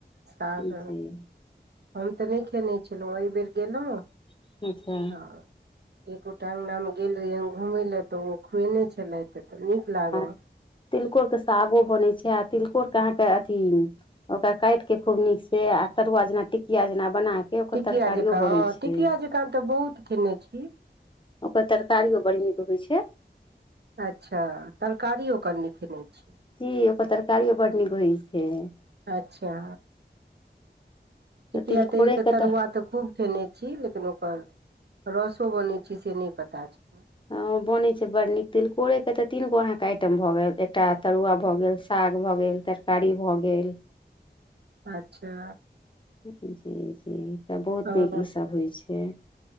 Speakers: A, on the right; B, on the left.
A: साग
B: जी
A: हम तऽ नहि खेने छलहुँ एहि बेर गेलहुँ
B: अच्छा
A: तऽ एकगोटा अंगना मे गेल रहिय घूमे ले ते ओ खुएने छलेथ त नीक लागल
B: आ तिलकोर के सागो बनै छै आ तिलकोर के अहाँके अथी ओकरा काट के खूब नीक से आ तरुआ जेना टिकिया जेना बना के ओकर
A: टिकिया
B: तरकारियो
A: जकाँ
B: बनै
A: हँ
B: छै
A: टिकिया जकाँ तऽ बहुत खेने छी
B: ओकर तरकारियो बड़ नीक होइ छै
A: अच्छा तरकारी ओकर नइ खेने छी
B: जी ओकर तरकारियो बड्ड नीक होइ छै
A: अच्छा टिकिया
B: तऽ तिलकोरे
A: तरिक
B: के
A: तरुआ तऽ खूब खेने छी लेकिन ओकर रसो बनै छै से नहि पता छै
B: ह बनैत छै बड नीक तिलकोरके तऽ तीन गो अहाँके आइटम भऽ गेल एकटा तरुआ भऽ गेल साग भऽ गेल तरकारी भऽ गेल
A: अच्छा
B: जी जी तऽ बहुत
A: हँ
B: नीक ईसभ होइ छै